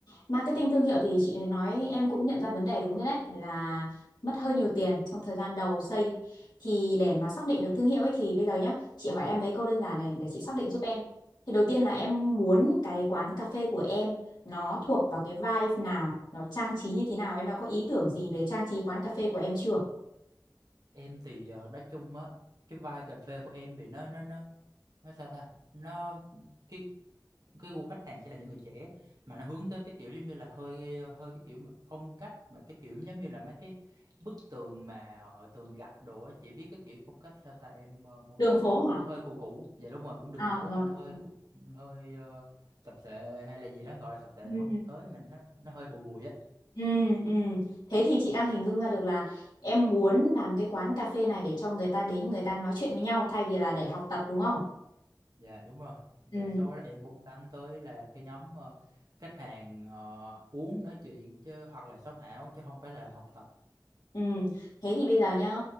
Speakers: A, on the left; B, on the right.
A: Marketing thương hiệu thì chị nói em cũng nhận ra vấn đề đúng rồi đấy là mất hơi nhiều tiền trong thời gian đầu xây thì để mà xác định được thương hiệu ấy thì bây giờ nhá chị hỏi em mấy câu đơn giản này để chị xác định giúp em thì đầu tiên là em muốn cái quán cà phê của em nó thuộc vào cái vibe nào nó trang trí như thế nào em đã có ý tưởng gì về trang trí quán cà phê của em chưa
B: em thì ờ, nói chung á cái vibe cà phê của em thì nó nó nó nó sao ta nó cái cái gu khách hàng sẽ là những người trẻ mà nó hướng tới cái kiểu giống như là hơi hơi cái kiểu mà phong cách mà cái kiểu giống như là mấy cái bức tường mà họ thường gặp đồ á chị biết cái kiểu phong cách sao ta em ờ, mô
A: đường
B: tả
A: phố
B: không?
A: hả
B: cô hơi cũ cũ dạ đúng rồi cũng đường
A: à
B: phố
A: rồi
B: mà nó hơi
A: rồi
B: cũ- hơi ờ, tập thể hay là gì đó gọi là tập thể
A: Ừ.
B: thì không tới mình nó nó hơi bụi bụi á
A: Ừ, ừ. Thế thì chị đang hình dung ra được là em muốn làm cái quán cà phê này để cho người ta đến người ta nói chuyện với nhau thay vì là để học tập đúng không?
B: dạ đúng rồi đa
A: Ừ.
B: số là em muốn đánh tới là cái nhóm ờ, khách hàng ờ, uống nói chuyện chứ hoặc là sống ảo chứ không phải là học tập
A: Ừ, thế thì bây giờ nhá,